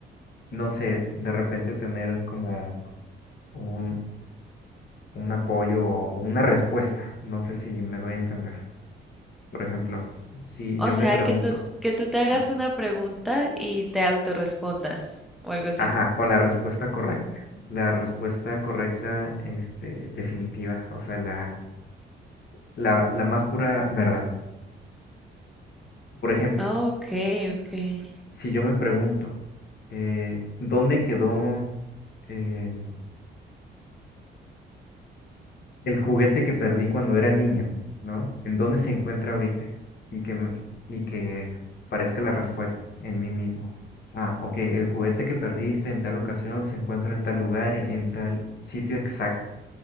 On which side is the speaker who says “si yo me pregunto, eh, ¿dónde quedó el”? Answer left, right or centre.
Left